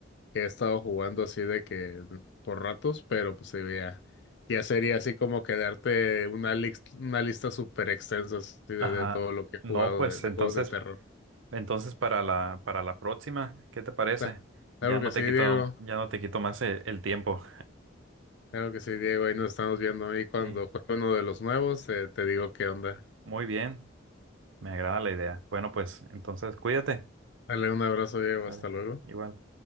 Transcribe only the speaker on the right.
Ajá.
No, pues
entonces,
entonces para la, para la próxima, ¿qué te parece?
Ya no
te quito,
ya no te quito más el, el tiempo.
Sí,
muy bien. Me agrada la idea. Bueno, pues entonces cuídate.
Sale.
Igual.